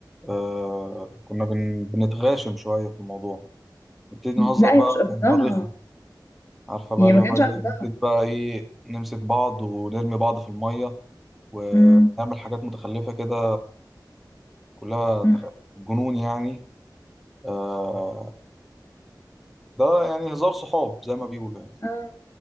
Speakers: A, in the centre; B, on the left.
A: آه كنا بن... بنتغاشم شوية في الموضوع نبتدي نهزر
B: لا
A: بقى
B: هي مش قصدها
A: هزار رخم عارفة بقى
B: هي
A: اللي
B: ما كانش
A: هو إيه
B: قصدها
A: بنبتدي بقى إيه نمسك بعض ونرمي بعض في المية ونعمل
B: أمم،
A: حاجات متخلفة كده كلها تخ...
B: أمم،
A: جنون يعني آه ده يعني هزار صحاب زي ما بيقولوا يعني
B: آه.